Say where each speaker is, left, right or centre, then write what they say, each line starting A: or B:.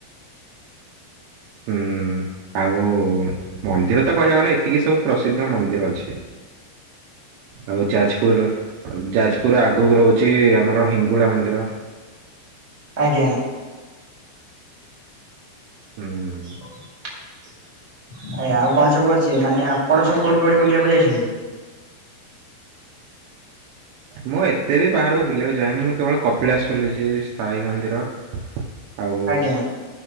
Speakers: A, on the right (about 85°); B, on the right (about 25°).
A: ହୁଁ ଆଉ ମନ୍ଦିର ତ କହିବାକୁ ଗଲେ ଏତିକି ସବୁ। ପ୍ରସିଦ୍ଧ ମନ୍ଦିର ଅଛି। ଆଉ ଯାଜପୁର, ଯାଜପୁର ଆଗକୁ ରହୁଛି ଆମର ହିଙ୍ଗୁଳା ମନ୍ଦିର।
B: ଆଜ୍ଞା।
A: ହୁଁ -ଉଁ-ଉ।
B: । ଆଜ୍ଞା ଆଉ କଣ ସବୁ ଅଛି, ମାନେ ଆପଣ ସବୁ କୋଉଠି କୋଉଠି ବୁଲିବାକୁ ଯାଇଛନ୍ତି?
A: ମୁଁ ଏତେ ବି ବାହାରକୁ ବୁଲିବାକୁ ଯାଏନି, ମୁଁ କେବଳ କପିଳାସ ବୁଲିଛି ସାଇ ମନ୍ଦିର। ଆଉ
B: ଆଜ୍ଞା।